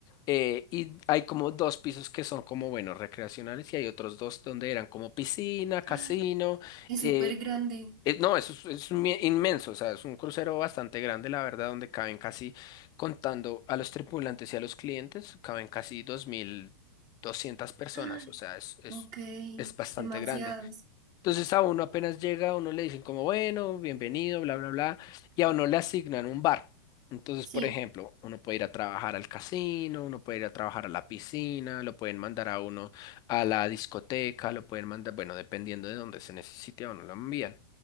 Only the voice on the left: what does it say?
eh, y hay como dos pisos que son como, bueno, recreacionales y hay otros dos donde eran como piscina, casino.
eh,
eh, No, eso es, es mi- inmenso, o sea, es un crucero bastante grande, la verdad, donde caben casi, contando a los tripulantes y a los clientes, caben casi dos mil doscientas
personas,
o sea, es, es,
es bastante
grande. Entonces a uno apenas llega, a uno le dicen como, bueno, bienvenido, bla, bla, bla, y a uno le asignan un bar. Entonces,
por ejemplo, uno puede ir a trabajar al casino, uno puede ir a trabajar a la piscina, lo pueden mandar a uno a la discoteca, lo pueden mandar, bueno, dependiendo de dónde se necesite, a uno lo envían.